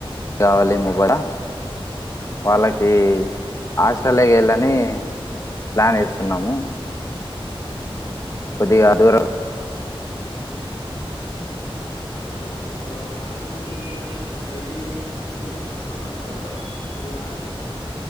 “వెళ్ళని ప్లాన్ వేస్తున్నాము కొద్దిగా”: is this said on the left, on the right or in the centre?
Left